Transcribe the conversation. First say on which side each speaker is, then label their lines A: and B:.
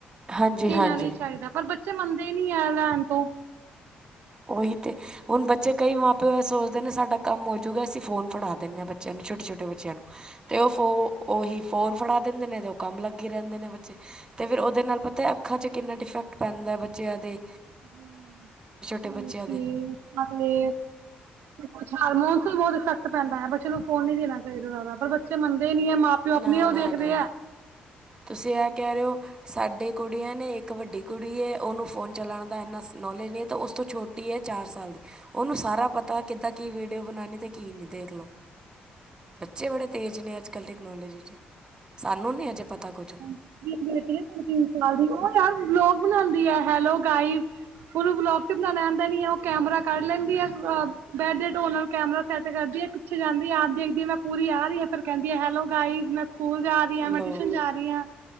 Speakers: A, on the right (about 20°); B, on the right (about 80°).
A: ਹਾਂਜੀ
B: ਦੇਣਾ
A: ਹਾਂਜੀ
B: ਨੀ ਚਾਈਦਾ। ਪਰ ਬੱਚੇ ਮੰਨਦੇ ਨੀ ਐ ਲੈਣ ਤੋਂ
A: ਉਹੀ ਤੇ ਹੁਣ ਬੱਚੇ, ਕਈ ਮਾਂ ਪਿਓ ਐਹ ਸੋਚਦੇ ਨੇ ਸਾਡਾ ਕੰਮ ਹੋਜੂਗਾ। ਅਸੀਂ ਫੋਨ ਫੜਾ ਦਿੰਨੇ ਆ ਬੱਚਿਆਂ ਨੂੰ, ਛੋ ਛੋਟੇ-ਛੋਟੇ ਬੱਚਿਆਂ ਨੂੰ ਤੇ ਉਹ ਫੋ ਉਹੀ ਫੋਰ ਫੜਾ ਦਿੰਦੇ ਨੇ ਤੇ ਉਹ ਕੰਮ ਲੱਗੇ ਰਹਿੰਦੇ ਨੇ ਬੱਚੇ ਤੇ ਫਿਰ ਉਹਦੇ ਨਾਲ ਪਤਾ ਅੱਖਾਂ 'ਚ ਕਿੰਨਾ ਡਿਫੈਕਟ ਪੈਂਦਾ ਬ ਚਿਆਂ ਦੇ।
B: ਗਿਆ ਈ ਨ‌ਈ।
A: ਟੇ ਬੱਚਿਆਂ ਦੇ
B: <unintelligible> ਏ। ਤੇ ਕੁੱਛ ਹਾਰਮੋਨ ਤੇ ਬਹੁਤ ਇਫੈਕਟ ਪੈਂਦਾ। ਬੱਚੇ ਨੂੰ ਫ਼ੋਨ ਨੀ ਦੇਣਾ ਚਾਹੀਦਾ ਜ਼ਿਆਦਾ। ਪਰ ਬੱਚੇ ਮੰਨਦੇ ਈ ਨੀ ਐ ਮਾਂ ਤੇ ਉਹ ਆਪਣੀ
A: ਨਾ
B: ਉਹ
A: ਨਾ
B: ਦੇਖਦੇ
A: ਨਾ
B: ਐ
A: ਤੁਸੀਂ ਇਹ ਕਹਿ ਰਹੇ ਓ ਸਾਡੇ ਕੁੜੀਆਂ ਨੇ। ਇੱਕ ਵੱਡੀ ਕੁੜੀ ਏ, ਉਹਨੂੰ ਫੋਨ ਚਲਾਉਣ ਦਾ ਇੰਨਾ ਨੌਲੇਜ ਨੀ ਤਾਂ ਉਸ ਤੋਂ ਛੋਟ ਟੀ ਐ, ਚਾਰ ਸਾਲ ਦੀ। ਉਹਨੂੰ ਸਾਰਾ ਪਤਾ ਕਿੱਦਾਂ ਕੀ ਵੀਡੀਓ ਬਣਾਂਣੀ ਤੇ ਕੀ ਨੀ ਦੇਖਲੋ। ਬੱਚੇ ਬੜੇ ਤੇਜ਼ ਨੇ, ਅੱਜ-ਕੱਲ੍ਹ ਟੈਕਨੋਲੋਜੀ 'ਚ। ਸਾਨੂੰ ਨ੍ਹੀਂ ਹਜੇ ਪਤਾ ਕੁਛ
B: ਮੇਰੀ ਬੇਟੀ ਏ ਸਾਡੇ-ਤਿੰਨ ਸਾਲ ਦੀ, ਉਹ ਯਾਰ ਬਲੋਗ ਬਣਾਉਂਦੀ ਐ, ਹੈਲੋ ਗਾਇਜ ਉਹਨੂੰ ਬਲੋਗ ਤੇ ਬਣਾਉਣਾ ਆਉਂਦਾ ਨੀ ਐ। ਉਹ ਕੈਮਰਾ ਕੱਢ ਲੈਂਦੀ ਆ, ਅਹ ਬੈਂਡ ਦੀ ਢੋ ਨਾਲ ਕੈਮਰਾ ਸੈੱਟ ਕਰਦੀ ਐ, ਪਿੱਛੇ ਜਾਂਦੀ ਆਪ ਦੇਖਦੀ ਮੈਂ ਪੂਰੀ ਆ ਰਹੀਆਂ। ਫਿਰ ਕਹਿੰਦੀ ਆ, ਹੈਲੋ ਗਾਈਜ਼ ਮੈਂ ਸਕੂਲ ਜਾ ਰਹੀ ਆ,
A: ਲਓ
B: ਮੈਂ ਟਿਊਸ਼ਨ ਜਾ ਰਹੀ ਆ।